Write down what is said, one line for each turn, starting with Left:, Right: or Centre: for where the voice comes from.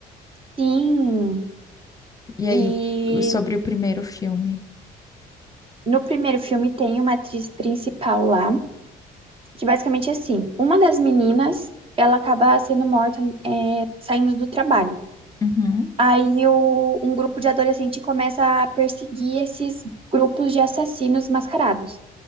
Right: Sim.
Left: E aí,
Right: E
Left: o- o- sobre o primeiro filme?
Right: no primeiro filme tem uma atriz principal lá, que basicamente é assim, uma das meninas, ela acaba sendo morta, é, saindo do trabalho.
Left: Uhum.
Right: Aí o- um grupo de adolescente começa a perseguir esses grupos de assassinos mascarados.